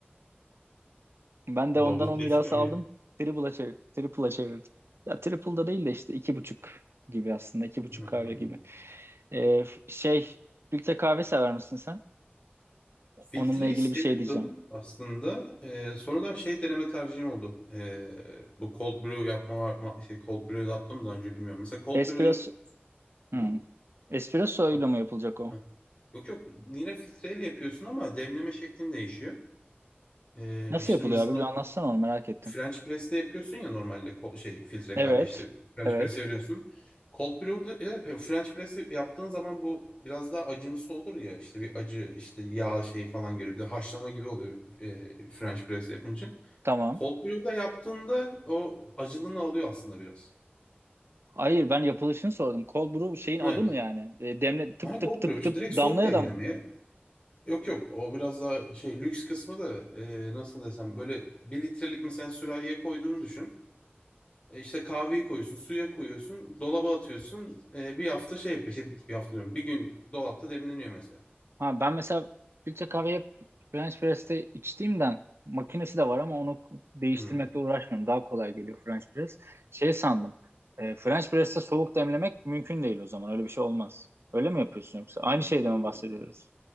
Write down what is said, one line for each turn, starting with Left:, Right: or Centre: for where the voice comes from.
Right: Ben de
Left: Davul
Right: ondan o
Left: kesmiyor
Right: mirası
Left: muyum?
Right: aldım. Triple'a çev triple'a çevirdim. Ya triple'da değil de işte iki buçuk gibi aslında. iki buçuk
Left: Anladım.
Right: kahve gibi. Ee, f- şey, filtre kahve sever misin sen?
Left: <laughs> Filtreyi
Right: Onunla ilgili
Left: seviyordum
Right: bir şey diyeceğim.
Left: aslında. Ee, sonradan şey deneme tercihim oldu. Ee, bu cold brew yapma var. ma- Şey, cold brew yaptım daha önce bilmiyorum. Mesela cold
Right: Espresso,
Left: brew...
Right: hmm.
Left: Hı?
Right: Espresso
Left: Ha,
Right: ile mi yapılacak o?
Left: ha. Yok yok yine filtreyle yapıyorsun ama demleme şeklin değişiyor. Ee,
Right: Nasıl
Left: işte
Right: yapılıyor
Left: mesela
Right: abi? Bir anlatsana onu merak ettim.
Left: French press'te yapıyorsun ya normalde ko- şey filtre
Right: Evet,
Left: kahve işte French
Right: evet,
Left: press'e veriyorsun. Cold brew'da e, e, French press'e yaptığın zaman bu biraz daha acımsı olur ya işte bir acı işte yağ şeyi falan geliyor bir de haşlama gibi oluyor e, French press yapınca.
Right: tamam.
Left: Cold brew'da yaptığında o acılığını alıyor aslında biraz.
Right: Hayır ben yapılışını sordum. Cold brew şeyin adı
Left: Evet.
Right: mı yani? E, demle tıp
Left: Ha,
Right: tıp
Left: cold
Right: tıp
Left: brew işte
Right: tıp
Left: direkt
Right: damlaya
Left: soğuk demlemeye.
Right: dam.
Left: Yok yok o biraz daha şey lüks kısmı da e, nasıl desem böyle bir litrelik mesela sürahiye koyduğunu düşün. E, İşte kahveyi koyuyorsun, suya koyuyorsun, dolaba atıyorsun. E, bir hafta şey yapıyor. Şey, bir hafta diyorum. Bir gün dolapta demleniyor mesela.
Right: Ha, ben mesela filtre kahve hep French press'te içtiğimden makinesi de var ama onu değiştirmekle
Left: Hmm.
Right: uğraşmıyorum. Daha kolay geliyor French press. Şey sandım. e, French press'te soğuk demlemek mümkün değil o zaman. Öyle bir şey olmaz. Öyle mi yapıyorsun yoksa? Aynı
Left: Ee,
Right: şeyden mi bahsediyoruz?